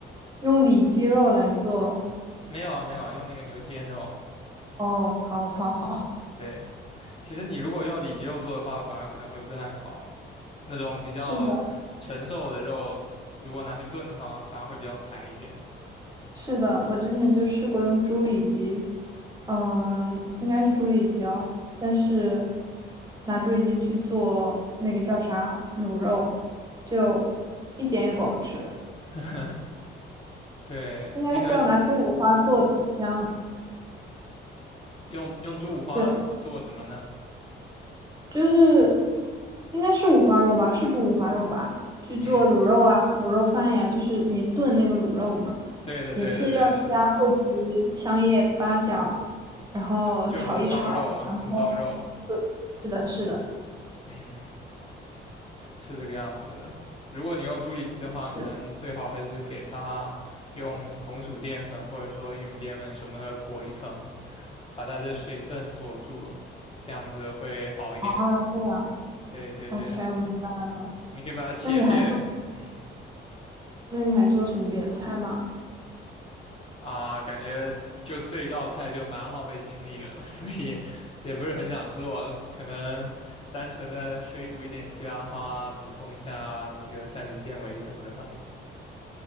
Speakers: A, on the right (about 20°); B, on the left (about 30°).
A: 用里脊肉来做。
B: 没有啊，没有啊，用那个牛肩肉。
A: 哦，好，好，好。
B: 对，其实你如果用里脊肉做的话，反而可能会不太好。那种比较纯瘦的肉，
A: 是的，
B: 如果拿去炖的话，反而会比较柴一点。
A: 是的，我之前就试过用猪里脊，嗯，应该是猪里脊哦，但是拿猪里脊去做那个叫啥卤肉，就一点也不好吃。
B: <laughs> 对，
A: 应该是要拿猪五花做的香，
B: 你可能用用猪五花做什么呢？
A: 对，就是应该是五花肉吧，是猪五花肉吧？去做卤肉啊，
B: 嗯，
A: 卤肉饭呀，就是你炖那个卤肉嘛，
B: 对的，
A: 也是要加桂皮、
B: 对的，对的，
A: 香叶、八角，然后炒一炒洋葱。
B: 对，就是红烧肉嘛，红烧肉，
A: 对，是的，是的，
B: 嗯，是这个样子的。如果你用猪里脊的话，
A: 是
B: 可能最好还是给它用红薯淀粉或者说玉米淀粉什么的裹一层，把它的水分锁住，这样子会好一点。
A: 啊，这样
B: 对对对，
A: ，OK，我明白。
B: 你可以把它切片，
A: 那你还做，
B: 嗯，
A: 那你还做什么别的菜吗？
B: 啊，感觉就这一道菜就蛮耗费精力了，<laughs> 所以也不是很想做了。可能单纯的水煮一点西兰花，补充一下那个膳食纤维什么的吧。